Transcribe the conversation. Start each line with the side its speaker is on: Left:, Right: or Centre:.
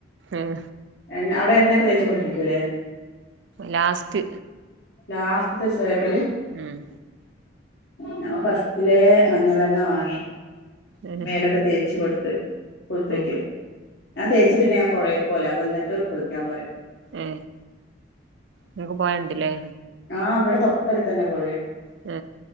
Right: ഉം
Left: എന്നാ അവിടെ എന്നാ ഒക്കെ തേച്ചു കുളിപ്പിക്കുലേ
Right: ലാസ്റ്റ്
Left: ലാസ്റ്റത്തെ <unintelligible>
Right: ഉം
Left: ഞാൻ ഫസ്റ്റിലെ മഞ്ഞളെണ്ണ വാങ്ങി
Right: ഉം
Left: മേലൊക്കെ തേച്ച് കൊടു <unintelligible> കുളിപ്പിക്കൂ
Right: ഉം
Left: ആ തേച്ചിട്ട് ഞാൻ പൊഴെക്ക് പോവല വന്നിട്ട് കുളിക്കാൻ പറയും.
Right: ഏ നിനക്ക് പോയ ഇണ്ട് ലെ
Left: ആ ഇവിടെ തൊട് ട്ടടുത്ത് തന്നെ പൊഴയാ.
Right: മ്